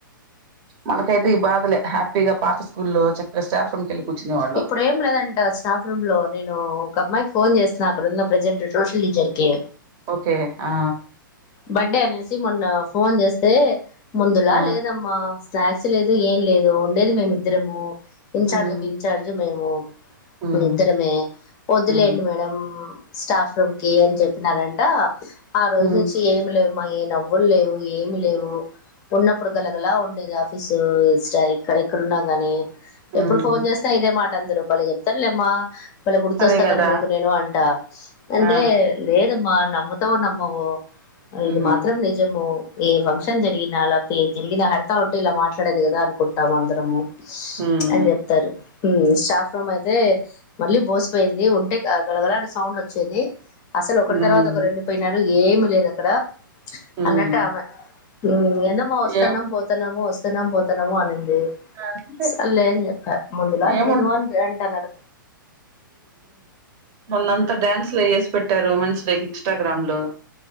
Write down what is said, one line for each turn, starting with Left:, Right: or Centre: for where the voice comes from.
Right: మనకైతే ఈ బాధలే హ్యాపీగా పాత స్కూల్లో చక్కగా స్టాఫ్ రూమ్ కెళ్ళి కూర్చునే వాళ్ళం
Left: ఇప్పుడు ఏం లేదంట స్టాఫ్ రూమ్ లో నేను ఒక అమ్మాయికి ఫోన్ చేస్తున్నా అక్కడున్న ప్రెజెంట్ సోషల్ టీచర్కి
Right: ఓకే ఆ
Left: బర్డే అనేసి మొన్న ఫోన్ చేస్తే ముందులా
Right: ఆ
Left: లేదమ్మా స్నాక్స్ లేదు ఏం లేదు ఉండేది మేమిద్దరము ఇన్చార్జ్
Right: ఉమ్
Left: ఒక ఇన్ఛార్జ్ మేము
Right: ఉమ్
Left: ఇద్దరమే వద్దులేండి
Right: ఉమ్
Left: మేడం స్టాఫ్ రూమ్ కి అని చెప్పినారంట ఆ రోజు
Right: ఉమ్
Left: నుంచి ఏమి లేవు మాయే నవ్వులు లేవు ఏమీ లేవు ఉన్నప్పుడు గలగల ఉండేది ఆఫీసు ఇక్కడ ఎక్కడున్నా గాని
Right: ఉమ్
Left: ఎప్పుడు ఫోన్ చేసినా ఇదే మాట అందూరూ భలే చెప్తారులేమ్మా భలే గుర్తొస్తాగాని
Right: అదే కదా
Left: మీకు నేను అంటా అంటే
Right: ఆ
Left: లేదమ్మా నమ్ముతావో నమ్మవో ఇది
Right: ఉమ్
Left: మాత్రం నిజము ఏ ఫంక్షన్ జరిగినా లేకపోతే ఏ జరిగినా హరిత ఉంటే ఇలా మాట్లాడేది కదా అనుకుంటాం అందరము
Right: ఉమ్
Left: అని చెప్తారు స్టాఫ్ రూమ్ అయితే మళ్ళీ బోసిపోయింది ఉంటే గలగలా అని సౌండ్ వచ్చేది అసలు ఒకరి
Right: ఉమ్
Left: తర్వాత ఒకరు వెళ్ళిపోయినారు ఏమి లేదు అక్కడ
Right: ఉమ్
Left: అన్నట్టు ఆమె ఏందమ్మా వస్తానమ్మ
Right: ఏం
Left: పోతానము వస్తానమో పోతానము అనిం
Right: అంతే
Left: సరేలే అని చెప్పా ముందులా
Right: ఏమున్
Left: లేదు అని అంటన్నారు
Right: మొన్నంతా డ్యాన్స్లే వేసి పెట్టారు ఉమెన్స్ డేకి ఇన్స్టాగ్రామ్ లో